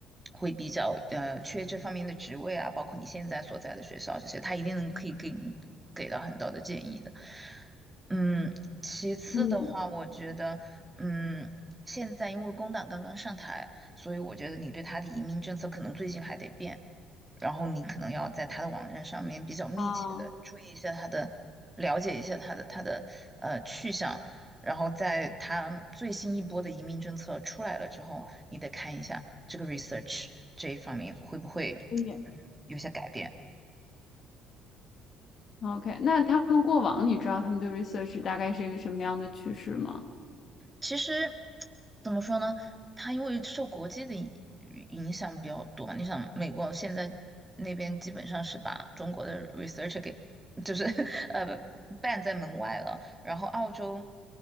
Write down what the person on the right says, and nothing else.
会比较呃缺这方面的职位啊，包括你现在所在的学校这些，他一定能可以给你给到很多的建议的。嗯，其次的话，
我觉得，嗯，现在因为工党刚刚上台，所以我觉得你对他的移民政策可能最近还得变。然后你可能要在他的网站上面比较密切的注意一下他的，
了解一下他的他的呃去向，然后在他最新一波的移民政策出来了之后，你得看一下这个 research 这一方面会不会
嗯有些改变。
其实怎么说呢？它因为受国际的影影响比较多嘛你想美国现在那边基本上是把中国的 research 给就是 <laughs> 呃 ban 在门外了，然后澳洲